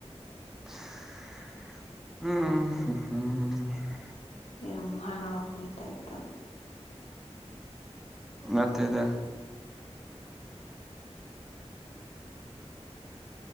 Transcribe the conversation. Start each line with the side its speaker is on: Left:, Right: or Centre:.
Centre: ꯎꯝ ꯎꯝ ꯎꯝ
Left: ꯌꯥꯝ ꯍꯔꯥꯎ ꯑꯕꯨꯣꯏꯇꯥꯏꯗꯣ
Centre: ꯃꯠꯇ ꯏꯗ